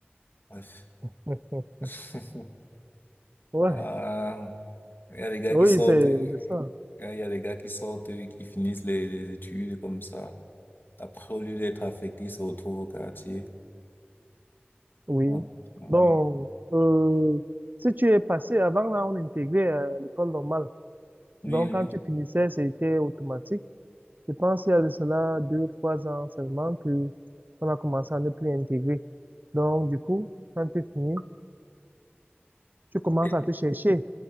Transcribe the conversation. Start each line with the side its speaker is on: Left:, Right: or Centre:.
Left: bref.
Right: <laughs>
Left: <laughs>
Right: Ouais.
Left: Ah, il y a des gars
Right: Oui,
Left: qui sortent,
Right: c'est
Left: euh,
Right: c'est ça,
Left: il y a des gars qui sortent, euh, qui finissent les, les études comme ça. Après, au lieu d'être affectés, ils se retrouvent au quartier.
Right: oui.
Left: Ah, mhm.
Right: Donc, euh, si tu es passé, avant là, on intégrait euh, l'école normale.
Left: Oui,
Right: Donc,
Left: oui.
Right: quand tu finissais, c'était automatique. Je pense qu'il y a de cela deux, trois ans seulement que on a commencé à ne plus intégrer. Donc, du coup, quand tu finis, tu commences
Left: Et,
Right: à te chercher